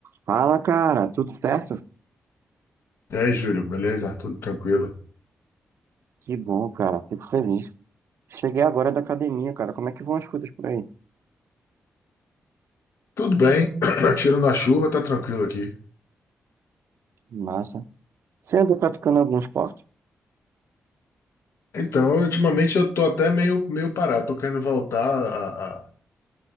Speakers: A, on the right (about 70°); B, on the left (about 80°).
A: Fala, cara, tudo certo?
B: E aí, Júlio, beleza? Tudo tranquilo?
A: Que bom, cara, fico feliz. Cheguei agora da academia, cara, como é que vão as coisas por aí?
B: Tudo bem, <clears throat> tiro a chuva, tá tranquilo aqui.
A: Massa. Você anda praticando algum esporte?
B: Então, ultimamente eu tô até meio, meio parado, tô querendo voltar a, a,